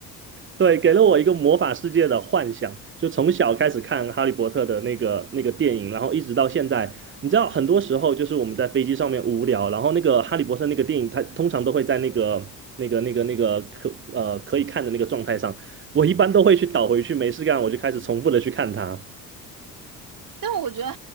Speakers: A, on the right; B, on the right.
A: 对，给了我一个魔法世界的幻想，就从小开始看《哈利波特》的那个那个电影，然后一直到现在。你知道，很多时候就是我们在飞机上面无聊，然后那个《哈利波特》那个电影，它通常都会在那个那个那个那个可呃可以看的那个状态上，我一般都会去倒回去，没事干我就开始重复的去看它。
B: 但我觉得